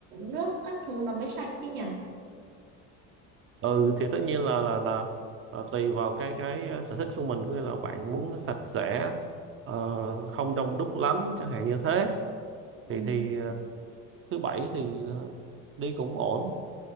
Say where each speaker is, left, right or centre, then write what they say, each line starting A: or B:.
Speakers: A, on the right; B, on the right.
A: nước các thứ nó mới sạch chứ nhỉ?
B: ừ thì tất nhiên là là là, là tùy vào cái cái ờ, sở thích của mình có nghĩa là bạn muốn nó sạch sẽ ờ, không đông đúc lắm chẳng hạn như thế
A: Ừ.
B: thì thì ờ, thứ bảy thì ờ, đi cũng ổn